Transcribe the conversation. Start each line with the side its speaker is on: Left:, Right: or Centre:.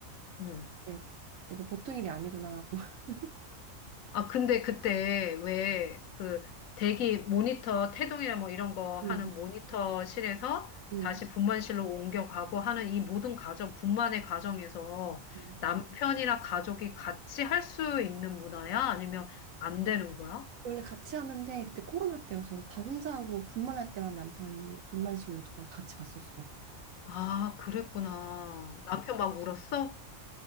Left: 응.
Right: 이제 이거 보통 일이 아니구나 하고. <laughs>
Left: 아, 근데 그때 왜 그 대기 모니터, 태동이나 뭐 이런 거
Right: 음,
Left: 하는 모니터실에서
Right: 음,
Left: 다시 분만실로 옮겨가고 하는 이 모든 과정, 분만의 과정에서
Right: 음.
Left: 남편이나 가족이 같이 할 수 있는 문화야? 아니면 안 되는 거야?
Right: 원래 같이 하는데 그때 코로나 때여서 다 혼자 하고 분만할 때만 남편 분만실로 들어와서 같이 봤었어.
Left: 아, 그랬구나. 남편 막 울었어?